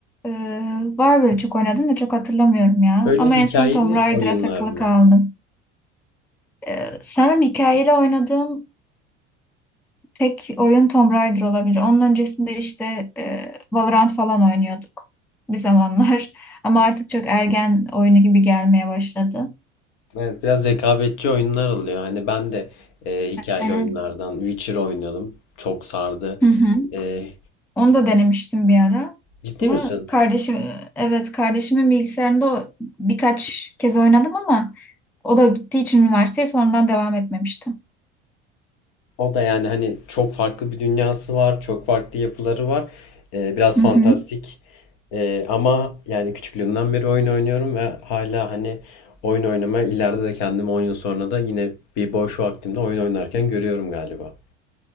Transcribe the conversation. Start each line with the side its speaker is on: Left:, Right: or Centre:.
Centre: Ee, var böyle çok oynadım da çok hatırlamıyorum ya.
Left: Böyle
Centre: Ama
Left: hikayeli
Centre: en son Tomb Raider'a
Left: oyunlar
Centre: takılı
Left: mı?
Centre: kaldım. Ee, sanırım hikayeli oynadığım tek oyun Tomb Raider olabilir. Onun öncesinde işte e, Valorant falan oynuyorduk bir zamanlar. <laughs> Ama artık çok ergen oyunu gibi gelmeye başladı.
Left: Evet, biraz rekabetçi oyunlar oluyor. Hani ben de e, hikayeli
Centre: Aynen.
Left: oyunlardan Witcher oynuyordum. Çok sardı.
Centre: Hı hı.
Left: E,
Centre: Onu da denemiştim bir ara.
Left: ciddi
Centre: Ama
Left: misin?
Centre: kardeşim, evet kardeşimin bilgisayarında o birkaç kez oynadım ama o da gittiği için üniversiteye sonradan devam etmemiştim.
Left: O da yani hani çok farklı bir dünyası var, çok farklı yapıları var. E, biraz
Centre: Hı
Left: fantastik.
Centre: hı.
Left: Ee, ama yani küçüklüğümden beri oyun oynuyorum ve hala hani oyun oynamaya ileride de kendimi 10 yıl sonra da yine bir boş vaktimde oyun oynarken görüyorum galiba.